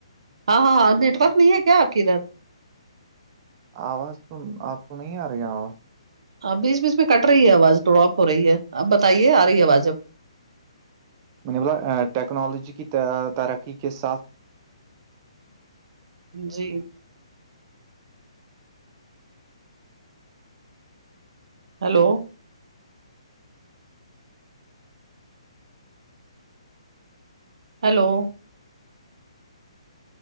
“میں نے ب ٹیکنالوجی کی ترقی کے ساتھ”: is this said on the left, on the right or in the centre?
Right